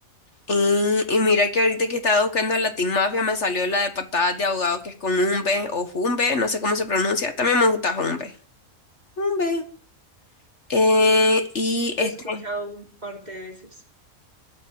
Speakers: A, on the left; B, on the right.
A: Y, y mira que ahorita que estaba buscando la Teen Mafia me salió la de patadas de ahogado que es con Humbe o Jumbe, no sé cómo se pronuncia. También me gusta Humbe. Humbe. Eh, y este.
B: Lo he escuchado un par de veces.